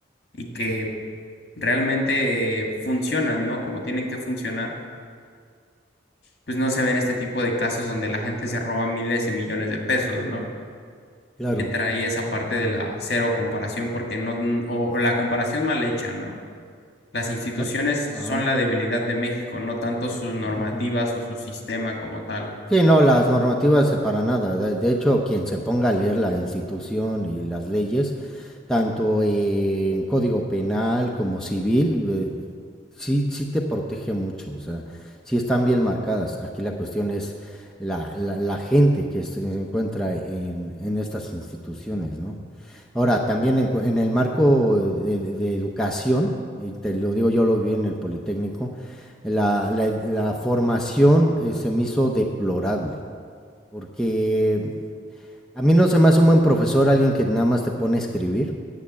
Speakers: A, on the left; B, in the centre.
A: y que realmente eh, funcionan, ¿no? Como tienen que funcionar, pues no se ven este tipo de casos donde la gente se roba miles y millones de pesos, ¿no?
B: claro.
A: Y entra ahí esa parte de la cero comparación, porque no, o o la comparación mal hecha, ¿no? Las instituciones
B: Ah, ah, Ajá.
A: son la debilidad de México, no tanto sus normativas
B: ujú.
A: o su sistema como tal.
B: Sí, no, las normativas eh, para nada. De de hecho, quien se ponga a leer la institución y las leyes, tanto en código penal como civil, eh, sí, sí te protege mucho, o sea, sí están bien marcadas. Aquí la cuestión es la, la, la gente que se encuentra en, en estas instituciones, ¿no? Ahora, también en, cu- en el marco de, de- de educación, y te lo digo, yo lo vi en el Politécnico, la, la ed- la formación eh, se me hizo deplorable, porque a mí no se me hace un buen profesor alguien que nada más te pone a escribir